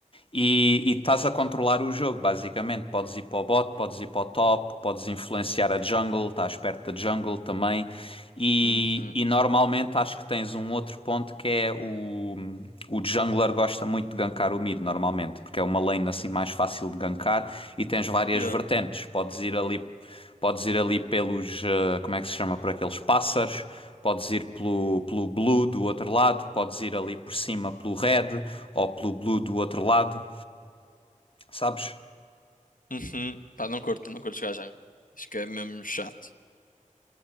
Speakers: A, on the left; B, on the left.
A: e, e estás a controlar o jogo, basicamente. Podes ir para o bot, podes ir para o top, podes influenciar a jungle, estás perto da jungle também. E,
B: Uhum.
A: e normalmente Acho que tens um outro ponto que é o, o jungler gosta muito de gankar o mid normalmente, porque é uma lane assim mais fácil de gankar e tens várias
B: Yeah.
A: vertentes. Podes ir ali, podes ir ali pelos, eh, como é que se chama, por aqueles pássaros, podes ir pelo, pelo blue do outro lado, podes ir ali por cima pelo red ou pelo blue do outro lado, sabes?
B: Uhum. Pá, não curto, não curto jogar jungle. Acho que é mesmo chato.